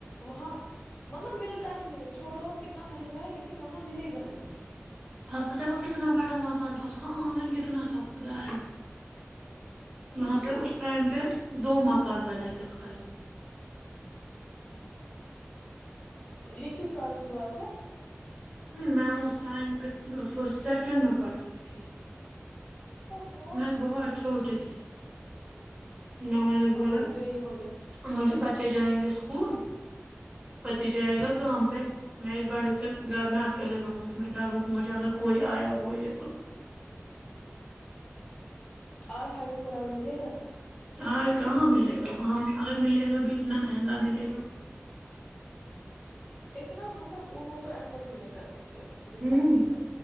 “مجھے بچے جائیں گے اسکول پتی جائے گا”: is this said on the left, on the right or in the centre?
Right